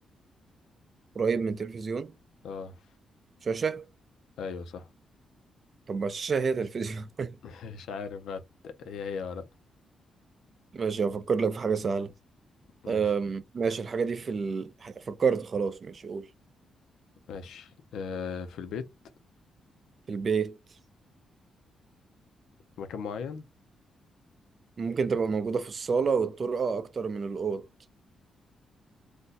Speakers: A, on the right; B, on the left.
A: قريب من تلفزيون
B: اه
A: شاشة
B: أيوه صح
A: طب ما الشاشة هي تلفزيون <laughs>
B: <laughs> مش عارف بقى هي هي ولا لأ
A: ماشي هفكر لك في حاجة سهلة
B: ماشي
A: أم، ماشي الحاجة دي في ال... فكرت خلاص ماشي قول
B: ماشي آه في البيت
A: في البيت
B: في مكان معين
A: ممكن تبقى موجودة في الصالة والطرقة أكتر من الأوض